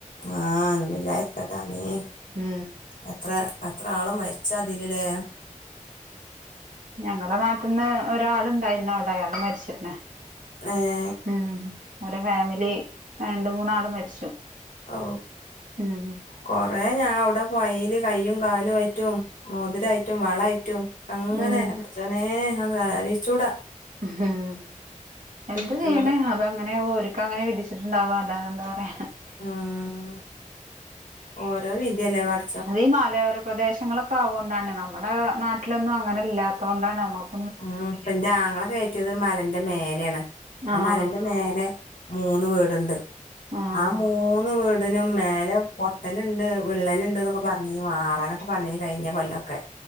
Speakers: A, on the left; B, on the right.
A: ആഹ് ഇഞ്ഞൂം ഇല്ലാതിരിക്കട്ടെ ആമീൻ
B: ഉം
A: എത്ര എത്ര ആള് മരിച്ചതിലല്ലേ.
B: ഞങ്ങടെ നാട്ടിൽന്ന് ഒരാളുണ്ടായിരുന്നു അവിടെ അയാള് മരിച്ചക്കണ്.
A: നേ
B: ഉം അവരുടെ ഫാമിലി രണ്ടു മൂന്നാള് മരിച്ചു.
A: ഓ
B: ഉം
A: കൊറേ ഞാൻ അവിടെ വഴിയില് കയ്യും കാലും ആയിട്ടും മോതിരമായിട്ടും വളയായിട്ടും അങ്ങനെ
B: ഉം
A: പടച്ചോനെ അത് ആലോചിച്ചൂടാ.
B: ഉം എന്താ
A: കിട്ടണത്
B: ചെയ്യണേ അത് അങ്ങനെയാവും ഓരിക്ക് അങ്ങനെ വിധിച്ചിട്ടുണ്ടാവാ. അല്ലാതെ എന്താ പറയാ.
A: ആഹ് ഓരോ വിധിയല്ലേ പട
B: അത് ഈ മലയോര പ്രദേശങ്ങളൊക്കെ ആവോണ്ടാണേ. നമ്മുടെ നാട്ടിലൊന്നും അങ്ങനെ ഇല്ലാത്ത കൊണ്ടാണ് നമുക്ക്
A: ഉം ഇപ്പൻ്റെ ആങ്ങളെ കയറ്റിയത് മലന്റെ മേലെയാണ്. ആ
B: ആഹ്
A: മലന്റെ മേലെ മൂന്ന് വീടുണ്ട്.
B: ആഹ്
A: ആ മൂന്ന് വീടിനും മേലെ പൊട്ടലുണ്ട് വിള്ളലുണ്ട് എന്നൊക്കെ പറഞ്ഞ് മാറാനൊ പറഞ്ഞേനി കഴിഞ്ഞ കൊല്ലം ഒക്കെ.